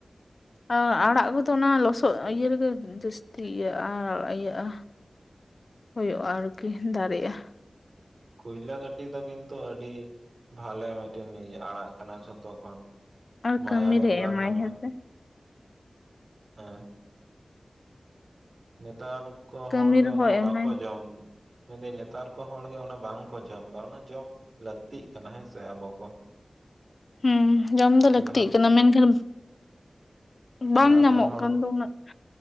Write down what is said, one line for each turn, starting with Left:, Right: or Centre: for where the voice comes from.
Left: ᱟᱨ ᱟᱲᱟᱜ ᱠᱚᱫᱚ ᱚᱱᱟ ᱞᱚᱥᱚᱫ ᱤᱭᱟᱹ ᱨᱮᱜᱮ ᱡᱟᱹᱥᱛᱤ ᱤᱭᱟᱹᱜᱼᱟ ᱤᱭᱟᱹᱜᱼᱟ᱾ ᱦᱩᱭᱩᱜᱼᱟ ᱟᱨᱠᱤ ᱫᱟᱨᱮᱜᱼᱟ᱾
Right: ᱠᱚᱭᱞᱟᱹ ᱠᱷᱟᱹᱴᱤ ᱫᱚ ᱠᱤᱱᱛᱩ ᱟᱹᱰᱤ ᱵᱷᱟᱞᱮ ᱢᱤᱫᱴᱮᱱ ᱤᱭᱟ. ᱟᱲᱟᱜ ᱠᱟᱱᱟ ᱡᱷᱚᱛᱚ ᱠᱷᱚᱱ᱾
Left: ᱟᱨ
Right: ᱢᱟᱭᱟᱝ
Left: ᱠᱟᱹᱢᱤᱨᱮ
Right: ᱮᱢ ᱵᱟᱲᱦᱟᱣᱟ
Left: ᱮᱢᱟᱭ ᱦᱮᱸᱥᱮ
Right: ᱦᱮ ᱱᱮᱛᱟᱨ ᱠᱚ
Left: ᱠᱟᱹᱢᱤ
Right: ᱦᱚᱲᱜᱮ
Left: ᱨᱮᱦᱚᱸ
Right: ᱚᱱᱟ ᱵᱟᱠᱚ
Left: ᱮᱢᱟᱭ
Right: ᱡᱚᱢ ᱢᱮᱱᱫᱟᱹᱧ ᱱᱮᱛᱟᱨ ᱠᱚ ᱦᱚᱲᱜᱮ ᱚᱱᱟ ᱵᱟᱝᱠᱚ ᱡᱚᱢ ᱮᱫᱟ ᱚᱱᱟ ᱡᱚᱢ ᱞᱟᱹᱠᱛᱤᱜ ᱠᱟᱱᱟ ᱦᱮᱸ ᱥᱮ ᱟᱵᱚ ᱠᱚ᱾
Left: ᱦᱮᱸ ᱡᱚᱢ ᱫᱚ ᱞᱟᱹᱠᱛᱤᱜ
Right: ᱞᱟᱦᱟ
Left: ᱠᱟᱱᱟ, ᱢᱮᱱᱠᱷᱟᱱ ᱵᱟᱝ
Right: ᱞᱟᱦᱟᱛᱮᱱ
Left: ᱧᱟᱢᱚᱜ
Right: ᱦᱚᱲ
Left: ᱠᱟᱱ ᱫᱚ ᱩᱱᱟᱹᱜ,